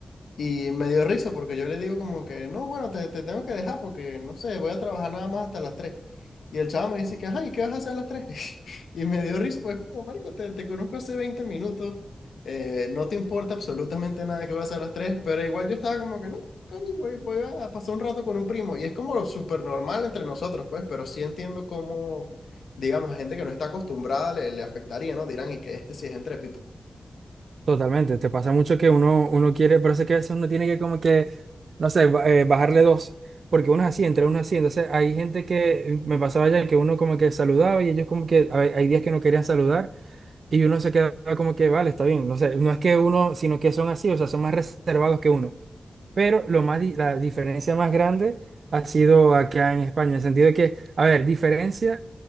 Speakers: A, on the left; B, on the right.
A: Y me dio risa porque yo le digo como que, no, bueno, te, te tengo que dejar porque, no sé, voy a trabajar nada más hasta las tres Y el chavo me dice que, ay, ¿qué vas a hacer a las tres <laughs> Y me dio risa, pues como, marico, te, te conozco hace 20 minutos, eh, no te importa absolutamente nada que voy a hacer a las tres pero igual yo estaba como que, no, coño, voy, voy a pasar un rato con un primo. Y es como lo súper normal entre nosotros, pues, pero sí entiendo cómo, digamos, a gente que no está acostumbrada le, le afectaría, ¿no? Dirán, y que este sí es entrépito.
B: Totalmente, te pasa mucho que uno, uno quiere, pero es que a veces uno tiene que como que, no sé, ba- eh, bajarle dos, porque uno es así, entre uno es así, entonces hay gente que me pasaba ya que uno como que saludaba y ellos como que hay, hay días que no querían saludar y uno se quedaba como que, vale, está bien, no sé, no es que uno, sino que son así, o sea, son más reservados que uno. Pero lo más di- la diferencia más grande ha sido acá en España, en el sentido de que, a ver, diferencia